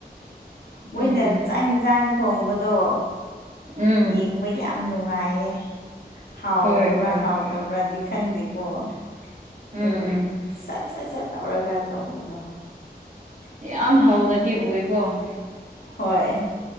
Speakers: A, on the left (about 70°); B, on the right (about 45°).
A: ꯃꯣꯏꯅ
B: ꯎꯝ
A: ꯆꯥꯛ ꯌꯦꯟꯁꯥꯡ ꯊꯣꯡꯕꯗꯣ
B: ꯎꯝ
A: ꯌꯦꯡꯕ ꯌꯥꯝ ꯅꯨꯡꯉꯥꯏꯌꯦ ꯍꯥꯎꯕ꯭ꯔꯥ
B: ꯍꯣꯏ ꯍꯣꯏ
A: ꯍꯥꯎꯗꯕ꯭ꯔꯥꯗꯤ ꯈꯪꯗꯦꯀꯣ ꯑꯗꯨꯝ
B: ꯎꯝ
A: ꯁꯠ ꯁꯠ ꯁꯠ ꯇꯧꯔꯒ ꯇꯧꯕꯗꯣ
B: ꯌꯥꯝ ꯍꯧꯅꯗꯤ ꯎꯏꯀꯣ
A: ꯍꯣꯏ